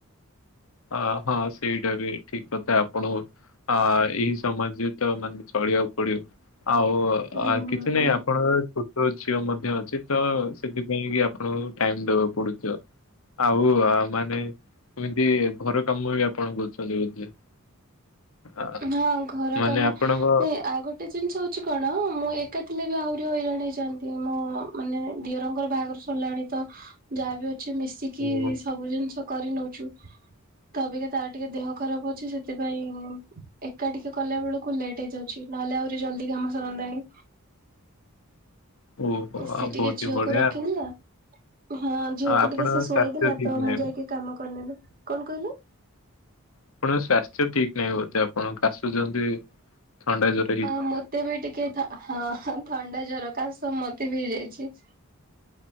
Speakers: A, on the left; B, on the right.
A: ଅ ହଁ ସେଇଟା ବି ଠିକ କଥା ଆପଣ ଅ ଏହିଇ ସମାଜରେ ତ ମାନେ ଚଳିବାକୁ ପଡିବ ଆଉ
B: ହୁଁ ହୁଁ
A: କିଛି ନାଇଁ।
B: ହୁଁ।
A: ଆପଣ ଛୋଟ ଝିଅ ମଧ୍ୟ ଅଛି ତ ସେଥିପାଇଁ କି ଆପଣଙ୍କୁ ଟାଇମ ଦବାକୁ ପଡୁଥ ଆଉ ଆ ମାନେ କୁହନ୍ତି ଘର କାମ ବି ଆପଣ କରୁଛନ୍ତି ବୋଧେ? ଆ
B: ହଁ ଘର
A: ମାନେ
B: କାମ
A: ଆପଣଙ୍କ
B: ଆଉ ଗୋଟେ ଗୋଟେ ଜିନିଷ ହଉଛି କଣ ମୁଁ ଏକା ଥିଲେ ବି ଆହୁରି ହଇରାଣ ହେଇଯାନ୍ତି ମଁ ମାନେ ଦିଅରଙ୍କର ବାହାଘର କଲାଣି ତ ଯାହା ବିି ଅଛି ମିଶ
A: ଓହୋ
B: ସବୁ ଜିନିଷ କରି ନଉଛୁ ତ ଅବିକା ତାର ଟିକେ ଦେହ ଖରାପ ଅଛି ସେଥି ପାଇଁାଇ ଏକାଠିକି କଲା ବେଳକୁ ଲେଟ୍ ହେଇଯାଉଛି ନହେଲେ ଆହୁରି ଜଲଦି କାମ ସରନ୍ତାନି।
A: ଓହୋ
B: ସେ
A: ଆଉ
B: ଟିକେ
A: ବହୁତ
B: ଝିଅକୁ
A: ହି ବଢିଆ
B: ରଖିଦଥିଲା ହଁ ଝିଅକୁ
A: ଆପଣ
B: ଟିକେ ସେ ଶୁଆଇ
A: ସ୍ୱାସ୍ଥ୍ୟ
B: ଦେଲା
A: ଠିକ
B: ତ
A: ନାହିଁ
B: ମୁଁ ଯାଇକି କାମ କରିନେଲୁ କଣ କହିଲେ?
A: ଆପଣଙ୍କ ସ୍ୱାସ୍ଥ୍ୟ ଠିକ ନାହିଁ ବୋଧେ ଆପଣ କାଶୁଛନ୍ତି ଥଣ୍ଡା ଜ
B: ହଁ ମତେ ବି ଟିକେ ହଁ ଥଣ୍ଡା ଜର କାଶ ସବୁ ମତେ ବି ହେଇଯାଇଛି।